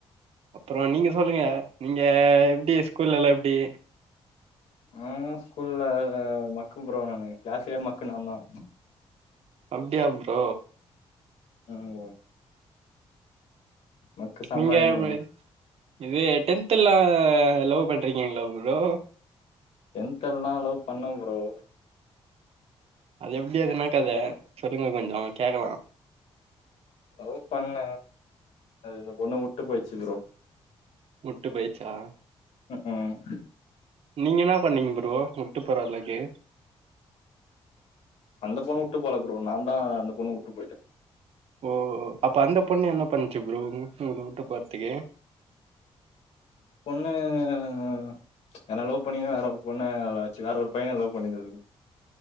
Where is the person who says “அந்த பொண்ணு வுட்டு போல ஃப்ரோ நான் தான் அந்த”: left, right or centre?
Left